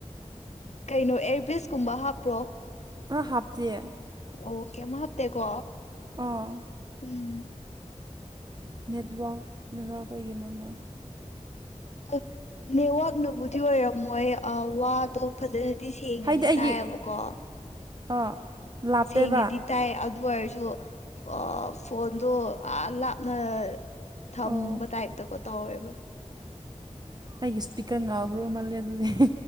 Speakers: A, on the left; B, on the right.
A: ꯀꯩꯅꯣ ꯑꯦꯌꯔꯄꯤꯁꯀꯨꯝꯕ ꯍꯥꯞꯄ꯭ꯔꯣ
B: ꯑꯥ ꯍꯥꯞꯇꯤꯌꯦ
A: ꯑꯣ ꯀꯩꯏꯝ ꯍꯥꯞꯇꯦ ꯀꯣ
B: ꯑꯥ
A: ꯎꯝ
B: ꯅꯦꯠꯋꯥꯛꯅꯔ ꯀꯩꯒꯤꯅꯣꯅꯦ
A: ꯑꯥ ꯅꯦꯠꯋꯥꯛꯅꯕꯨꯗꯤ ꯑꯣꯏꯔꯝꯃꯣꯏꯌꯦ ꯑꯥ ꯋꯥꯗꯣ ꯐꯖꯅꯗꯤ ꯁꯦꯡꯅꯗꯤ
B: ꯍꯥꯏꯗꯤ ꯑꯩꯒꯤ
A: ꯇꯥꯏꯌꯦꯕꯀꯣ
B: ꯑꯥ ꯂꯥꯞꯄꯦꯕ
A: ꯁꯦꯡꯅꯗꯤ ꯇꯥꯏ ꯑꯗꯨ ꯑꯣꯏꯔꯁꯨ ꯑꯥ ꯐꯣꯟꯗꯣ ꯑꯥ ꯂꯥꯞꯅ ꯊꯝꯕ
B: ꯑꯣ
A: ꯇꯥꯏꯞꯇꯀꯣ ꯇꯧꯋꯦꯕ
B: ꯑꯩꯒꯤ ꯁ꯭ꯄꯤꯀꯔ ꯉꯥꯎꯒꯔꯣ ꯃꯜꯂꯦ ꯑꯗꯨꯗꯤ